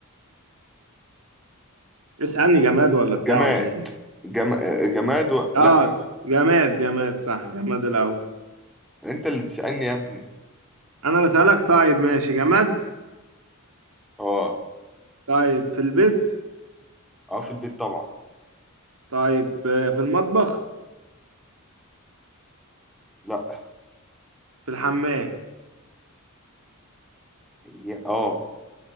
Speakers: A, on the right; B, in the centre.
A: اسألني جماد ولا بتاع
B: جماد
A: ولا ايه
B: جم... آه، جماد و... لا
A: اه جماد جماد صح جماد الاول
B: انت اللي تسألني يا ابني
A: انا اللي اسألك طيب ماشي جماد
B: اه
A: طيب في البيت
B: اه في البيت طبعا
A: طيب آه، في المطبخ
B: لا
A: في الحمام
B: يا- اه